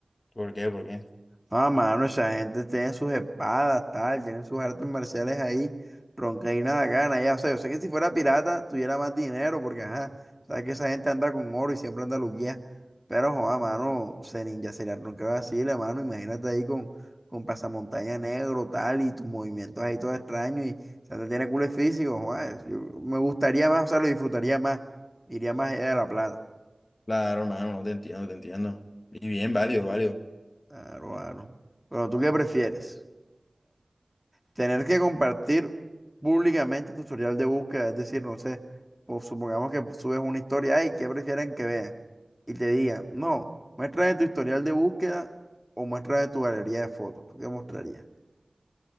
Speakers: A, on the left; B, in the centre.
A: ¿Por qué? ¿Por qué?
B: Ah, mano, esa gente tiene sus espadas, tal, tienen sus artes marciales ahí, ronca y nada gana, ya, o sea, yo sé que si fuera pirata tuviera más dinero, porque ajá, sabes que esa gente anda con oro y siempre anda luquía, pero joda, mano, se ninja sería ronca vacile, mano, imagínate ahí con, con pasamontaña negro, tal, y tus movimientos ahí todos extraños, y o sea, te tiene culo físico, joda, es- yo me gustaría más, o sea, lo disfrutaría más, iría más allá de la plata,
A: Claro, hermano, no te entiendo, te entiendo. Y bien, válido, válido.
B: claro, claro. Bueno, ¿tú qué prefieres? Tener que compartir públicamente tu historial de búsqueda, es decir, no sé, pues, supongamos que subes una historia, y ¿qué prefieren que vean? Y te digan, no, muéstrame tu historial de búsqueda o muéstrame tu galería de fotos. ¿Tú qué mostrarías?